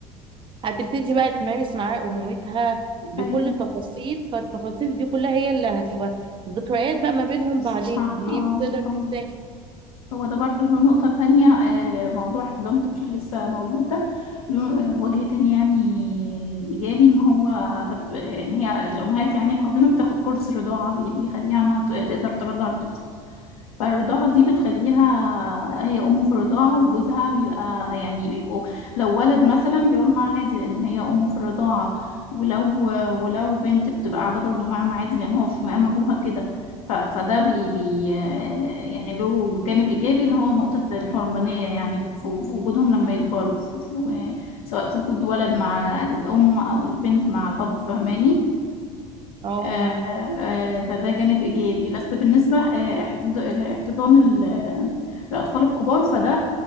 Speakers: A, on the right; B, on the left.
A: هتبتدي بقى تمارس معاه أمومتها بكل
B: ايوه
A: التفاصيل فالتفاصيل دي كلها هي اللي هتبقى ذكريات بقى ما بينهم بعدين
B: صح اه
A: إن هي مش تقدر
B: اه
A: تنساها
B: هو ده برضو له نقطة تانية آه، موضوع احتضان طفل لسه مولود ده له آه، وجه تاني يعني إيجابي إن هو بت- آه، إن هي الأمهات يعني الحاضنة بتاخد كورس رضاعة بي- بيخليها إنها ت- تقدر ترضع الطفل فالرضاعة دي بتخليها هي أمه في الرضاعة وجوزها بيبقى يعني بيبقوا لو ولد مثلا بيقعد معاه عادي لأن هي أمه في الرضاعة ولو ولو بنت بتبقى قاعدة برضو معاهم عادي لأن هو في مقام أبوها كده ف- فده بي بي يعني له جانب إيجابي اللي هو نقطة الحرمانية يعني في في وجودهم لما يكبروا في في سواء في وجود ولد مع الأم أو البنت مع الأب فهماني
A: اه
B: آه،
A: معاكي
B: آه، فده جانب إيجابي بس بالنسبة آه، احتض- الاحتضان ال- الأطفال الكبار فده